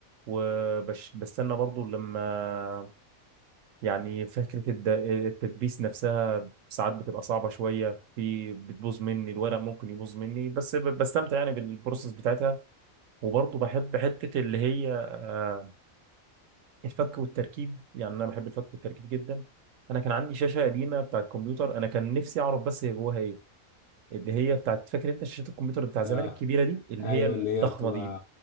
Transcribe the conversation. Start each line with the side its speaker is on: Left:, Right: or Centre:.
Right: وبستنى برضو لما يعني فكرة الد- التدبيس نفسها ساعات بتبقى صعبة شوية في بتبوظ مني الورق ممكن يبوظ مني بس ب- بستمتع يعني بالبروسيس بتاعتها وبرضو بحب حتة اللي هي آه، الفك والتركيب يعني أنا بحب الفك والتركيب جدا أنا كان عندي شاشة قديمة بتاعت كمبيوتر أنا كان نفسي أعرف بس هي جواها إيه اللي هي بتاعت فاكر انت شاشات الكمبيوتر بتاع زمان
Left: اه
Right: الكبيره دي اللي
Left: ايوه
Right: هي الضخمه
Left: اللي هي بتبقى
Right: دي دي.